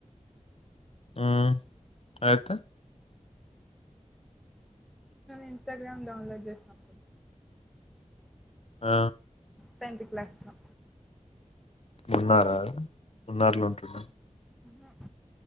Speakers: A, on the left; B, in the centre.
A: ఊమ్ అయితే
B: ఇంస్టాగ్రామ్ డౌన్లోడ్ చేసినప్పు
A: ఆ
B: టెన్త్ క్లాస్ లో
A: మున్నారా మున్నార్లో ఉంటున్నా
B: ఆ